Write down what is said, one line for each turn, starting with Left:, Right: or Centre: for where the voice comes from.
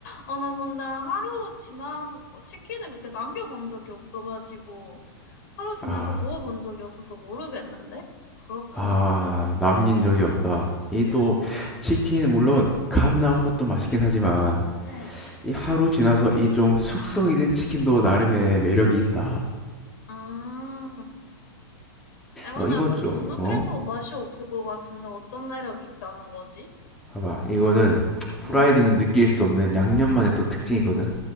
Left: 아, 나 근데 하루 지나 치킨을 그렇게 남겨본 적이 없어가지고 하루 지나서
Centre: 아,
Left: 먹어본 적이 없어서 모르겠는데? 그렇구만.
Centre: 아, 남긴 적이 없다. 이
Left: 응,
Centre: 또, 치킨, 물론, 간 나온 것도 맛있긴 하지만,
Left: 응.
Centre: 이 하루 지나서 이 좀 숙성이 된 치킨도 나름의 매력이 있다.
Left: 아, 아, 근데
Centre: 어, 이건 좀,
Left: 눅눅해서
Centre: 어?
Left: 맛이 없을 것 같은데 어떤 매력이 있다는 거지?
Centre: 봐봐 이거는 후라이드는
Left: 응.
Centre: 느낄 수 없는 양념만의 또 특징이거든